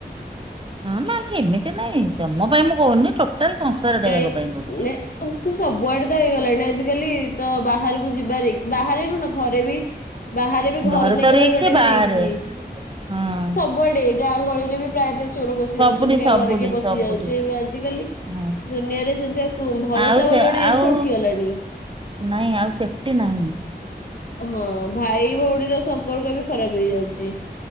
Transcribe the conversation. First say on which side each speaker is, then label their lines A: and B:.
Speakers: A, on the right; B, on the left.
A: ହଁ ନା ନାଇଁ ହେମିତି ନାଇଁ। ତମ ପାଇଁ ମୁଁ କହୁନି, ଟୋଟାଲ ସଂସାର ଟା
B: କାଇଁ
A: ଜାକ ପାଇଁ କହୁଛି।
B: ନେ ସେ ସବୁଆଡେ ତ ହେଇଗଲାଣି। ଆଜିକାଲି ତ ବାହାରକୁ ଯିବା ରିକସ୍। ବାହାରେ କଣ ଘରେ ବି ବାହାରେ ବି ଘର
A: ଘରେ ତ
B: ନେଇକି
A: ରିକ୍ସ
B: ରହିବାଟା
A: ବାହାରେ
B: ବି ରିକସ୍।
A: ହଁ।
B: ସବୁଆଡେ ଗାଁ ଗହଳିରେ ବି ପ୍ରାୟତଃ ଚୋର ପଶି
A: ସବୁଠି
B: ଯାଉଛନ୍ତି। କା
A: ସବୁଠି
B: ଘରେ କି ପଶି
A: ସବୁଠି
B: ଯାଉଛି। ଆଜିକାଲି
A: ହଁ
B: ଦୁନିଆରେ ସେମତି ଆ କୋ ଭରସା
A: ଆଉ ସେ
B: ବୋଲି ଗୋଟେ
A: ଆଉ
B: ଜିନିଷ ଉଠିଗଲାଣି।
A: ନାଇଁ ଆଉ ସେଫଟି୍ ନାହିଁ।
B: ହଁ ଭାଇ ଭଉଣୀର ସମ୍ପର୍କ ବି ଖରାପ ହେଇଯାଉଛି।